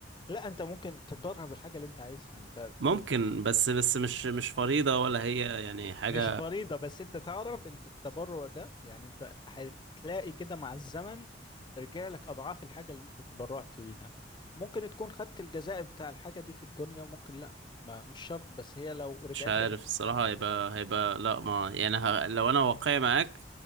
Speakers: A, on the left (about 25°); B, on the right (about 80°).
A: لا انت ممكن تتبرع بالحاجه اللي انت عايزها انت
B: ممكن
A: انت
B: بس بس مش مش فريضة ولا هي يعني حاجة
A: مش فريضة بس انت تعرف انت التبرع ده يعني انت هتلاقي كده مع الزمن رجع لك اضعاف الحاجة اللي انت تبرعت بيها ممكن تكون خدت الجزاء بتاع الحاجة دي في الدنيا وممكن لا ما مش شرط بس هي لو رجعت
B: مش عارف
A: لك
B: الصراحة هيبقى هيبقى لا ما يعني ه... لو أنا واقعي معاك